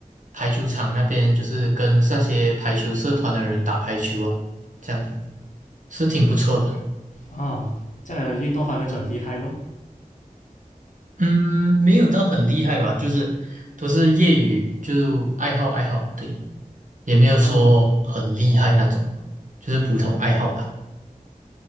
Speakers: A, on the right (about 65°); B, on the left (about 60°).
A: 排球场那边，就是跟那些排球社团的人打排球啊，这样是挺不错的。
B: 哦，这样的运动方面就很厉害咯。
A: 嗯，没有到很厉害吧，就是都是业余，就爱好爱好，对，也没有说很厉害那种，
B: 哦，
A: 就是普通爱好吧。